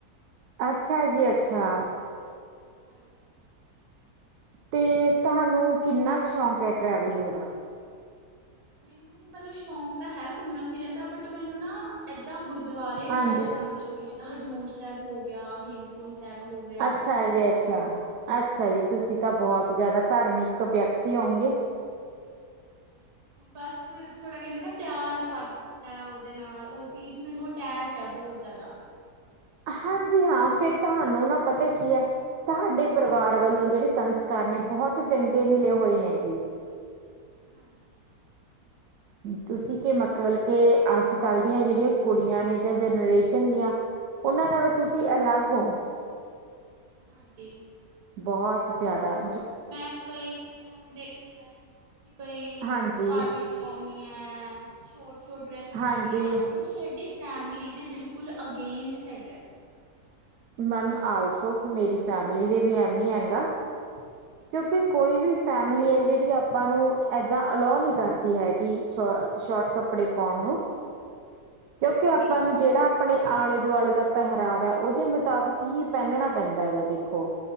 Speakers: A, on the right (about 85°); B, on the right (about 70°).
A: ਅੱਛਾ ਜੀ ਅੱਛਾ।
B: ਹਾਂਜੀ।
A: ਤੇ ਤੁਹਾਨੂੰ ਕਿੰਨਾ ਕੁ ਸ਼ੌਂਕ ਏ ਟਰੈਵਲਿੰਗ ਦਾ?
B: ਮੈਨੂੰ ਮਤਲਬ ਸ਼ੌਂਕ ਤਾਂ ਹੈ ਘੁੰਮਣ ਫਿਰਨ ਦਾ ਬਟ ਮੈਨੂੰ ਨਾ ਐਦਾਂ ਗੁਰ ਦੁਆਰੇ
A: ਹਾਂਜੀ
B: ਵਗੈਰਾ ਜਾਨ ਦਾ ਸ਼ੌਕ ਜਿੱਦਾਂ ਹਜ਼ੂਰ ਸਾਹਿਬ ਹੋ ਗਿਆ, ਹੇਮਕੁੰਟ ਸਾਹਿਬ ਹੋ ਗਿਆ।
A: ਅੱਛਾ ਜੀ ਅੱਛਾ, ਅੱਛਾ ਜੀ ਤੁਸੀਂ ਤਾਂ ਬਹੁਤ ਜਾਦਾ ਧਾਰਮਿਕ ਵਿਅਕਤੀ ਹੋਓਗੇ।
B: ਬਸ ਥੋੜ੍ਹਾ ਕੈਂਦੇ ਨਾ ਪਿਆਰ ਵੱਧ ਤਾਂ ਉਦੇ ਨਾਲ ਉ ਚੀਜ਼ ਮੈਨੂੰ ਅਟੈਚ ਐ ਬੋਤ ਜਾਦਾ।
A: ਹਾਂਜੀ ਹਾਂ ਫੇਰ ਤੁਆਨੂੰ ਨਾ ਪਤਾ ਕੀ ਐ ਤੁਹਾਡੇ ਪਰਿਵਾਰ ਵੱਲੋਂ ਜੇੜੇ ਸੰਸਕਾਰ ਨੇ ਬਹੁਤ ਚੰਗੇ ਮਿਲੇ ਹੋਏ ਨੇ ਜੀ।
B: ਹਾਂਜੀ।
A: ਤੁਸੀਂ ਕਿ ਮਤਬਲ ਕੇ ਅੱਜ ਕੱਲ ਦੀਆਂ ਜੇੜੀਆਂ ਕੁੜੀਆਂ ਨੇ ਜਾਂ ਜਨਰੇਸ਼ਨ ਦੀਆਂ ਉਨਾਂ ਨਾਲੋਂ ਤੁਸੀਂ ਅਲੱਗ ੳ।
B: ਹਾਂਜੀ।
A: ਬੋਹੁਤ ਜਾਦਾ।
B: ਮੈਂ ਕਈ ਕੁੜੀਆਂ ਨੂੰ ਦੇਖਿਆ ਯਾ ਕਿ ਬਈ
A: ਹਾਂਜੀ
B: ਪਾਰਟੀਆਂ ਕਰਨੀ ਐ ਸ਼ੋਟ-ਸ਼ੋਟ ਡਰੈਸ
A: ਹਾਂਜੀ
B: ਪਾਨੀ ਐ ਉ ਸਾਡੇ ਫੈਮਿਲੀ ਦੇ ਬਿਲਕੁਲ ਅਗੇਨਸਟ ਹੈਗੈ।
A: ਮੈਮ ਆਲਸੋ ਮੇਰੀ ਫੈਮਿਲੀ ਦੇ ਵੀ ਐਵੇ ਈ ਹੈਗਾ। ਕਿਉਂਕਿ
B: ਹਾਂਜੀ
A: ਕੋਈ ਵੀ
B: ਮਤਲਬ
A: ਫੈਮਿਲੀ
B: ਸਾਨੂੰ
A: ਏ ਜੇੜੀ ਆਪਾਂ ਨੂੰ ਏਦਾਂ ਅਲਾਓ ਨੀ ਕਰਦੀ ਹੈਗੀ ਛ ਸ਼ੋਟ
B: ਹਾਂਜੀ
A: ਕੱਪੜੇ ਪੋਣ ਨੂੰ, ਕਿਉਂਕਿ
B: ਹਾਂਜੀ-ਹਾਂਜੀ,
A: ਆਪਾਂ ਨੂੰ ਜੇੜਾ ਆਪਣੇ ਆਲੇ ਦੁਆਲੇ ਦਾ ਪਹਿਰਾਵਾ ਏ ਉਦੇ ਮੁਤਾਬਿਕ ਹੀ ਪਹਿਨਣਾ ਪੈਂਦਾ ਹੈਗਾ ਦੇਖੋ।